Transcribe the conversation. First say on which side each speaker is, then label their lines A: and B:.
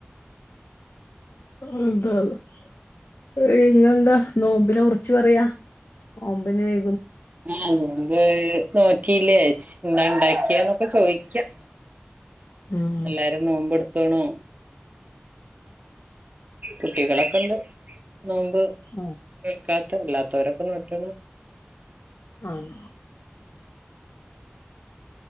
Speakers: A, on the left; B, on the right.
A: <unintelligible> പിന്നെന്താ നോമ്പിനെ ഉറിച്ച് പറയാ നോമ്പിന് വേ
B: ആഹ് നോമ്പ് നോറ്റീലേ ച്ച് എന്താ ഇണ്ടാക്ക്യേന്നൊക്കെ ചോയിക്ക്യാ
A: ഉം
B: എല്ലാരും നോമ്പെടു ത്ത്ണോ കുട്ടികളൊക്കെണ്ട് നോമ്പ്
A: ആ
B: ൾക്കാത്ത അല്ലാത്തോരൊക്കെ നോറ്റ്ണ്
A: ആണോ